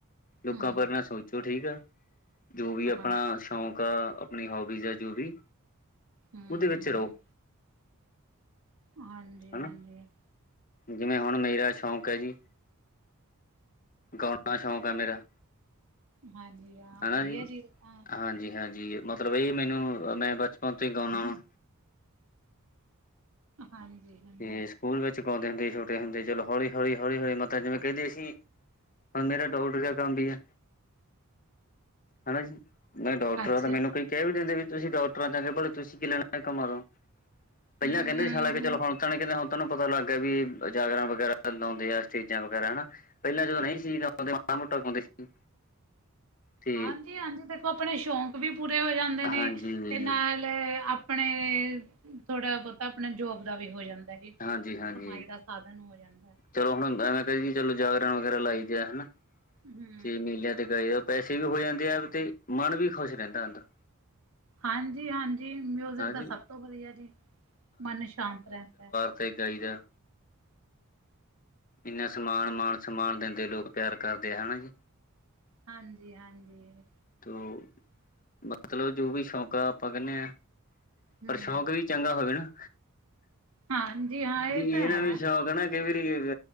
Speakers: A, on the left (about 35°); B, on the right (about 70°).
A: ਲੋਕਾਂ
B: ਹਮ
A: ਬਾਰੇ ਨਾ ਸੋਚੋ ਠੀਕ ਆ ਜੋ ਵੀ ਆਪਣਾ
B: ਹਾਂ
A: ਸ਼ੌਕ ਆਪਣੀ ਹੋਬੀਜ਼ ਆ ਜੋ ਵੀ
B: ਹਮ
A: ਉਹਦੇ ਵਿੱਚ ਰਹੋ।
B: ਹਾਂਜੀ-
A: ਹਨਾ
B: ਹਾਂਜੀ।
A: ਜਿਵੇਂ ਹੁਣ ਮੇਰਾ ਸ਼ੌਂਕ ਹੈ ਜੀ ਗਾਉਣਾ ਸ਼ੌਂਕ ਆ ਮੇਰਾ।
B: ਹਾਂਜੀ। ਹਾਂ
A: ਹਨਾ
B: ਵਧੀਆ
A: ਜੀ
B: ਹਾਂ
A: ਹਾਂਜੀ -ਹਾਂਜੀ ਮਤਲਬ ਇਹ ਮੈਨੂੰ ਮੈਂ ਬਚਪਨ ਤੋਂ ਹੀ ਗਾਉਂਦਾ ਵਾਂ।
B: ਹਾਂਜੀ। ਹਾਂਜੀ
A: ਤੇ ਸਕੂਲ ਵਿੱਚ ਗਾਉਂਦੇ ਹੁੰਦੇ ਸੀ ਛੋਟੇ ਹੁੰਦੇ। ਚਲੋ ਹੌਲੀ -ਹੌਲੀ- ਹੌਲੀ- ਹੌਲੀ ਮਤਲਬ ਜਿਵੇਂ ਕਹਿੰਦੇ ਸੀ ਹੁਣ ਮੇਰਾ ਡਾਊਟ ਦਾ ਕੰਮ ਵੀ ਹੈ ਹਨਾ ਜੀ। ਮੈ ਡਾਕਟਰ
B: ਅੱਛਾ
A: ਆ ਤੇ ਮੈਨੂੰ ਕੋਈ ਕਹਿ ਵੀ ਦਿੰਦੇ ਵੀ ਤੁਸੀਂ ਡਾਕਟਰ ਆ ਚੰਗੇ ਭਲੇ ਤੁਸੀਂ ਕੀ ਲੈਣਾ ਇਹ ਕੰਮਾਂ ਤੋਂ। ਪਹਿਲਾਂ
B: ਹਮ
A: ਕਹਿੰਦੇ ਸੀ ਹਾਲਾਂਕ ਚਲੋ ਹੁਣ ਤਾਂ ਨੀ ਕਹਿੰਦੇ ਹੁਣ ਤੁਹਾਨੂੰ ਪਤਾ ਲੱਗ ਗਿਆ ਵੀ ਇਹ ਜਾਗਰਨ ਵਗੈਰਾ ਲਾਉਦੇ ਆ। ਸਟੇਜਾਂ ਵਗੈਰਾ ਹਨਾ। ਪਹਿਲਾਂ ਜਦੋਂ ਨਹੀਂ ਸੀ ਤਾਂ ਉਦੋ ਮਾੜਾ- ਮੋਟਾ ਗਾਉਂਦੇ ਸੀ। ਤੇ
B: ਹਾਂਜੀ -ਹਾਂਜੀ। ਦੇਖੋ ਆਪਣੇ ਸ਼ੌਂਕ ਵੀ ਪੂਰੇ ਹੋ ਜਾਂਦੇ ਨੇ।
A: ਹਾਂਜੀ
B: ਤੇ ਨਾਲ ਲੈ ਆਪਣੇ ਥੋੜਾ ਬਹੁਤਾ ਆਪਣਾ ਜੋਬ ਦਾ ਵੀ ਹੋ ਜਾਂਦਾ। <unintelligible> ਜੀ
A: ਹਾਂਜੀ ਹਾਂਜੀ
B: ਕਮਾਈ ਦਾ ਸਾਧਨ ਹੋ ਜਾਂਦਾ।
A: ਚਲੋ ਹੁਣ ਹੁੰਦਾ ਨਾ ਕਈ ਜੀ ਚਲੋ ਜਾਗਰਣ ਵਗੈਰਾ ਲਾਈ ਦੇ ਆ ਹਨਾ
B: ਹੂ
A: ਤੇ ਮੇਲਿਆਂ ਤੇ ਗਏ ਓ ਪੈਸੇ ਵੀ ਹੋ ਜਾਂਦੇ ਆ। ਤੇ ਮਨ ਵੀ ਖੁਸ਼ ਰਹਿੰਦਾ ਅੰਦਰੋ।
B: ਹਾਂਜੀ-ਹਾਂਜੀ ਮਿਊਜ਼ਿਕ
A: ਹਾਂਜੀ
B: ਤਾਂ ਸਭ ਤੋਂ ਵਧੀਆ ਜੀ। ਮਨ ਸ਼ਾਂਤ ਰਹਿੰਦਾ ਏ।
A: ਸਗਾਈ <unintelligible> ਇੰਨਾ ਸਮਾਨ ਮਾਨ- ਸਮਾਨ ਦਿੰਦੇ ਲੋਕ ਪਿਆਰ ਕਰਦੇ ਆ ਹਨਾ ਜੀ।
B: ਹਾਂਜੀ -ਹਾਂਜੀ।
A: ਤੋਂ ਮਤਲਬ ਜੋ ਵੀ ਸ਼ੌਕ ਆ। ਆਪਾਂ ਕਹਿੰਦੇ ਹਾਂ
B: ਹਮ
A: ਪਰ ਸ਼ੌਕ ਵੀ ਚੰਗਾ ਹੋਵੇ ਨਾ।
B: ਹਾਂਜੀ ਹਾਂ। ਇਹ
A: ਵੀ
B: ਤਾਂ
A: ਇੰਨਾ
B: ਹੈ
A: ਨੂੰ ਵੀ ਸ਼ੌਕ ਕਹਿਣਾ ਕਈ ਵਾਰੀ